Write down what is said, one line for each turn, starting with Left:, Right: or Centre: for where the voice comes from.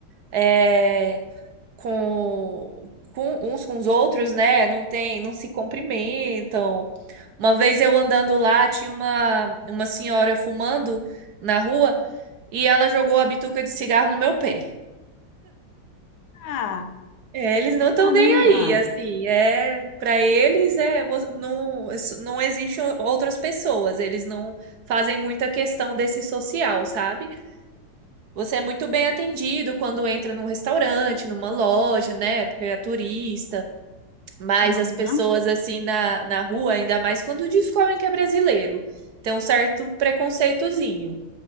Right: é, com, com uns com os outros, né? Não tem, não se cumprimentam. Uma vez eu andando lá, tinha uma, uma senhora fumando na rua e ela jogou a bituca de cigarro no meu pé.
Left: Ah,
Right: É, eles não estão
Left: caramba!
Right: nem aí, assim, é, para eles é vo- não não existem outras pessoas, eles não fazem muita questão desse social, sabe? Você é muito bem atendido quando entra num restaurante, numa loja, né? Porque é turista, mas
Left: Aham.
Right: as pessoas assim na, na rua, ainda mais quando descobrem que é brasileiro, tem um certo preconceitozinho.